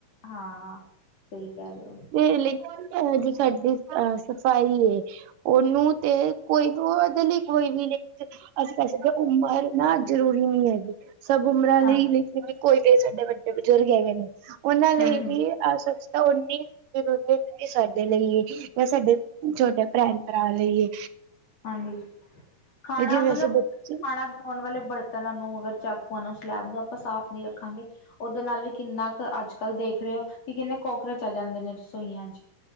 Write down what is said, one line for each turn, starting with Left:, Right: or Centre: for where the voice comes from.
Left: ਹਾਂ, ਸਹੀ ਕਹਿ ਰੇ ਔ।
Right: ਤੇ ਲੇਕਿਨ ਅ ਜੇ ਸਾਡੀ ਸਫ਼ਾਈ ਏ, ਉਹਨੂੰ ਤੇ ਕੋਈ ਉਹਦੇ ਲਈ ਕੋਈ ਵੀ ਨਹੀਂ ਤੇ ਅਸੀਂ ਕਹਿ ਸਕਦੇ ਉਮਰ ਨਾ ਜ਼ਰੂਰੀ ਨੀ ਹੈਗੀ। ਸਭ ਉਮਰਾਂ
Left: ਹਾਂ
Right: ਲਈ <unintelligible> ਕੋਈ ਨੀ ਸਾਡੇ ਵੱਡੇ ਬਜ਼ੁਰਗ ਹੈਗੇ ਨੇ, ਉਹਨਾਂ ਲਈ
Left: ਹੂੰ ਹੂੰ
Right: ਵੀ ਆ ਸ਼ਖਸ਼ ਤਾਂ ਉਹ ਨੀ ਫੇਰ ਔਨੇ ਏਹ ਸਾਡੇ ਲਈ ਏ, ਯਾ ਸਾਡੇ ਛੋਟੇ ਭੈਣ -ਭਰਾ ਲਈ ਏ
Left: ਹਾਂਜੀ ਖਾਣਾਂ,
Right: ਤੇ ਜਿਵੇਂ
Left: ਮਤਲਬ
Right: ਅਸੀਂ ਬੱਚੇ
Left: ਖਾਣਾਂ ਧੋਣ ਵਾਲੇ ਬਰਤਨਾਂ ਨੂੰ, ਅਗਰ ਚਾਕੂਆ ਨੂੰ, ਸਲੈਬ ਨੂੰ ਆਪਾਂ ਸਾਫ਼ ਨੀਂ ਰੱਖਾਂਗੇ। ਔਹਦੇ ਨਾਲ ਵੀ ਕਿੰਨਾ ਕੁ ਅੱਜ ਕੱਲ ਦੇਖ ਰਹੇ ਔ, ਕਿ ਕਿੰਨੇਂ ਕੋਕਰਚ ਆ ਜਾਂਦੇ ਨੇ ਰਸੋਈਆਂ ਚ।